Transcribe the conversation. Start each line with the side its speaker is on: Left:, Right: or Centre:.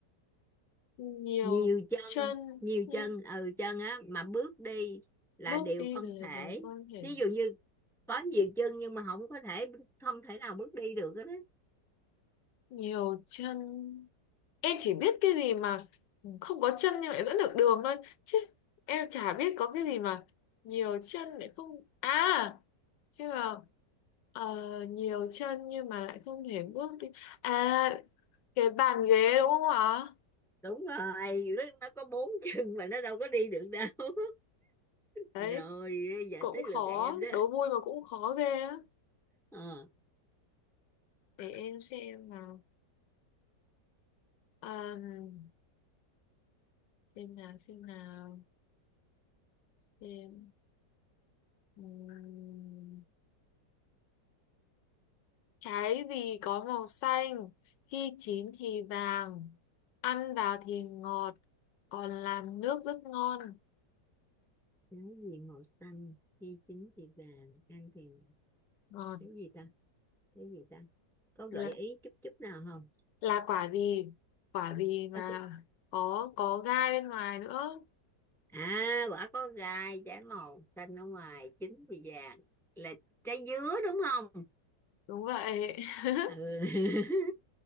Left: nhiều
Centre: nhiều chân
Left: chân
Centre: nhiều
Left: nhưng
Centre: chân ừ chân á mà bước đi là
Left: bước
Centre: điều
Left: đi
Centre: không
Left: là
Centre: thể
Left: điều quan hệ
Centre: ví dụ như có nhiều chân nhưng mà không có thể không thể nào bước đi được hết á
Left: nhiều chân em chỉ biết cái gì mà không có chân nhưng lại dẫn được đường thôi chứ em chả biết có cái gì mà nhiều chân lại không à chứ mà ờ, nhiều chân nhưng mà lại không thể bước đi à cái bàn ghế đúng không ạ
Centre: đúng rồi nó nó có bốn <laughs> chân mà nó đâu có đi được đâu <laughs>
Left: đấy
Centre: rồi giờ
Left: cũng
Centre: tới
Left: khó
Centre: lượt em đó
Left: đố vui mà cũng khó ghê á
Centre: ờ
Left: để em xem nào Ờm, xem nào xem nào xem Ừm, Trái vì có màu xanh, khi chín thì vàng, ăn vào thì ngọt, còn làm nước rất ngon.
Centre: cái gì màu xanh khi chín thì vàng ăn thì
Left: Ngọt
Centre: cái gì ta cái gì ta có gợi
Left: là,
Centre: ý chút chút nào không
Left: là quả gì? Quả gì mà
Centre: đó
Left: có có gai bên ngoài nữa.
Centre: à quả có gai trái màu xanh ở ngoài chín thì vàng là trái dứa đúng không
Left: Đúng vậy. <laughs>
Centre: ừ.